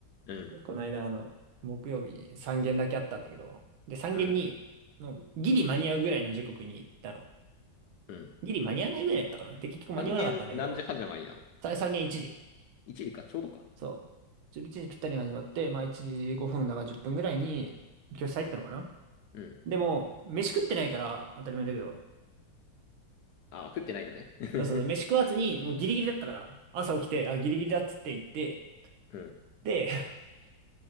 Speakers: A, on the left; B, on the right.
A: うん、
B: この間、あの、木曜日3限だけあったんだけど、で、3限に、
A: うん、
B: もうギリ間に合うぐらいの時刻に行ったの。
A: うん。
B: ギリ間に合わないぐらいだったかな。で、結局間に合わなかったんだけど、
A: 半減何時始まりなの
B: さ3限1時。
A: ?1 時か、ちょうどか。
B: そう。1時ぴったりに始まって、まあ1時5分だから10分ぐらいに教室入ったのかな。
A: うん。
B: でも、飯食ってないから当たり前だけど、
A: あ、食ってないのね。<laughs>
B: そうそう、飯食わずに、もうギリギリだったから、朝起きて、あ、ギリギリだっつって言って、
A: うん、
B: で、<laughs>